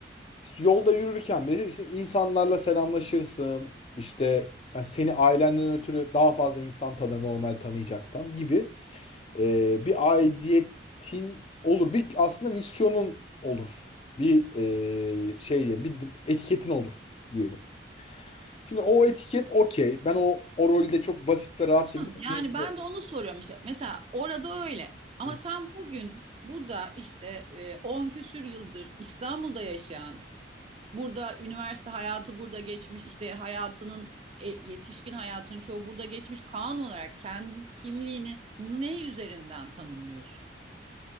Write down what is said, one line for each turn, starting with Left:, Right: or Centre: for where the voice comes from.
Left: İşte yolda yürürken bile işte insanlarla selamlaşırsın. İşte yani seni ailenden ötürü daha fazla insan tanır normal tanıyacaktan gibi e, bir aidiyetin olur. Bir aslında misyonun olur. Bir e, şey diyelim, bir etiketin olur diyelim. Şimdi o etiket okey. Ben o, o rolü de çok basit ve rahat şekilde
Right: Yani
Left: oynayabiliyorum.
Right: ben de onu soruyorum işte. Mesela orada öyle. Ama
Left: Hı.
Right: sen bugün burada işte e, 10 küsür yıldır İstanbul'da yaşayan burada üniversite hayatı burada geçmiş işte hayatının e, yetişkin hayatının çoğu burada geçmiş kanun olarak kendi kimliğini ne üzerinden tanımlıyorsun?